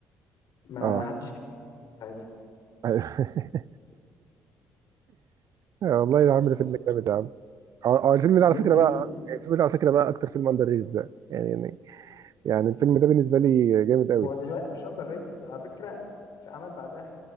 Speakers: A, on the left (about 60°); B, on the right (about 50°).
A: ما
B: اه
A: حدش كده في حياتي
B: أيوه. <laughs> آه، والله يا عم
A: هو
B: ده فيلم جامد يا عم اه آه، الفيلم ده على
A: جامد
B: فكرة بقى
A: جدا
B: الفيلم ده على فكرة بقى أكتر فيلم أندر ريتد ده يعني يعني يعني الفيلم ده بالنسبة لي جامد قوي
A: هو دلوقتي مش اندر ريتد على فكره في عمل بعدها